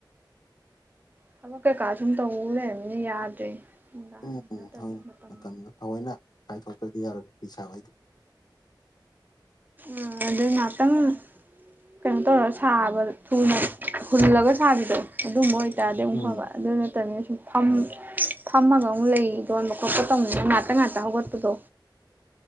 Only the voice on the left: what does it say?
ꯎꯝ
ꯎꯝ ꯍꯧ
ꯃꯇꯝꯗꯣ ꯊꯑꯣꯏꯅ ꯀꯥꯏꯊꯣꯛꯇ꯭ꯔꯗꯤ ꯌꯥꯔꯣꯏ ꯐꯤ ꯁꯥꯕꯩꯗꯤ
ꯎꯝ
ꯍꯣꯏ